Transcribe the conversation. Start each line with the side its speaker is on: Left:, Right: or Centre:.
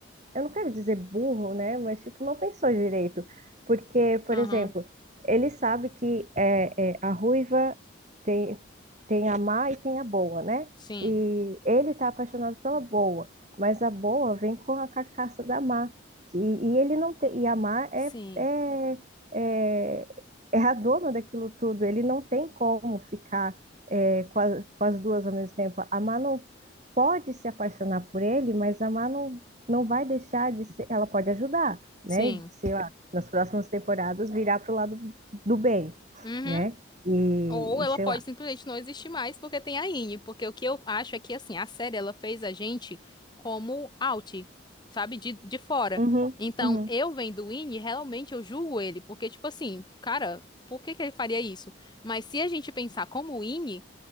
Right: eu não quero dizer burro, né? Mas, tipo, não pensou direito. Porque, por
Left: Aham.
Right: exemplo, ele sabe que é, é, a ruiva tem, tem a má e tem a boa, né?
Left: Sim.
Right: E ele tá apaixonado pela boa, mas a boa vem com a carcaça da má. E, e ele não tem, e a má é,
Left: Sim.
Right: é, é, é a dona daquilo tudo. Ele não tem como ficar é, com, a- com as duas ao mesmo tempo. A má não pode se apaixonar por ele, mas a má não, não vai deixar de ser, ela pode ajudar, né?
Left: Sim.
Right: Sei lá, nas próximas temporadas virar pro lado do bem,
Left: Uhum.
Right: né? E,
Left: Ou ela
Right: e sei
Left: pode
Right: lá.
Left: simplesmente não existir mais porque tem a Ine, porque o que eu acho é que assim, a série ela fez a gente como out, sabe, de, de fora.
Right: Uhum,
Left: Então,
Right: uhum,
Left: eu vendo o Ine, realmente eu julgo ele, porque tipo assim, cara, por que que ele faria isso? Mas se a gente pensar como o Ine,